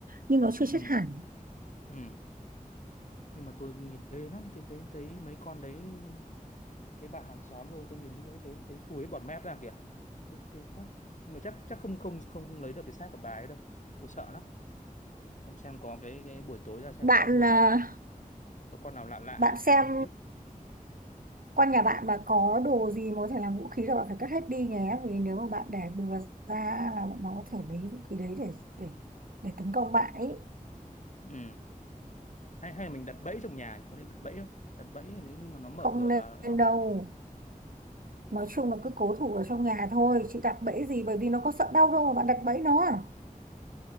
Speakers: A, on the right; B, on the left.
A: nhưng nó chưa
B: ừ
A: chết hẳn
B: ừ nhưng mà tôi nhìn ghê lắm tôi thấy thấy mấy con đấy cái bà hàng xóm rồi tôi nhìn lúc ấy thấy thấy sùi hết bọt mép ra kìa ghê, ghê quá nhưng mà chắc chắc không không không không lấy được cái xác của bà ấy đâu tôi sợ lắm xem xem có cái cái buổi tối ra xem
A: bạn
B: có người
A: à,
B: nào có con nào lạ lạ ấy,
A: bạn
B: mình
A: xem
B: không biết
A: quanh nhà bạn mà có đồ gì mà có thể làm vũ khí là bạn phải cất hết đi nhé vì nếu mà bạn để bừa ra là bọn nó có thể lấy vũ khí đấy để để để tấn công bạn ấy
B: ừ hay hay là mình đặt bẫy trong nhà nhỉ có nên đặt bẫy không đặt bẫy nếu như mà nó mở
A: không
B: cửa
A: nên
B: vào nó
A: đâu nói chung là cứ cố thủ ở trong nhà thôi chị đặt bẫy gì bởi vì nó có sợ đau đâu mà bạn đặt bẫy nó à?